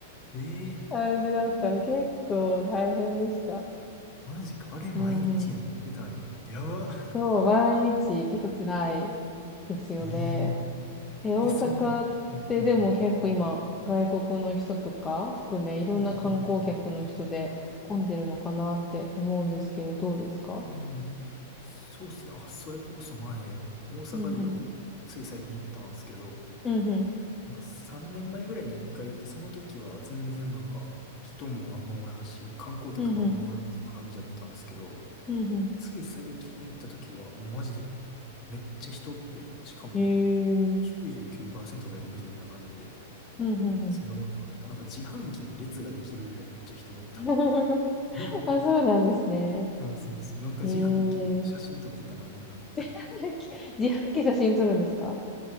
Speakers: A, on the left (about 40°); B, on the left (about 20°).
A: ええ
B: 感じだったら結構大変でした。
A: マジか。あれ毎日やってたんや。
B: うんうん。
A: やば。
B: そう、毎日結構辛いですよね。
A: <laughs> ええ
B: え、大阪ってでも結構今、
A: え、そんな、うんうん。
B: 外国の人とか含め、いろんな観光客の人で混んでるのかなって思うんですけど、
A: あ、はいはい。
B: どうですか
A: うんうん。そうっすね。あ、それこそ前、大阪城、
B: うんうん。
A: つい最近行ったんですけど、
B: うんうん。
A: なんか3年前ぐらいに1回行って、その時は全然なんか人もあんまおらんし、観光客もあんまおらんみたいな感じだったんですけど、
B: うんうん。うんう
A: つい最近行った時は、もうマジで、めっちゃ人って、しかも
B: ん。へえ。
A: 99%外国人みたいな感じで、
B: うんうんうん。
A: それやばかった。なんか自販機に列ができるぐらいめっちゃ人がおった。
B: <laughs>
A: <laughs>
B: あ、そうなんですね。
A: そうそうそう。なんか自販機写真撮ってたな、
B: へえ。
A: みんな。
B: <laughs> 自販機写真撮るんですか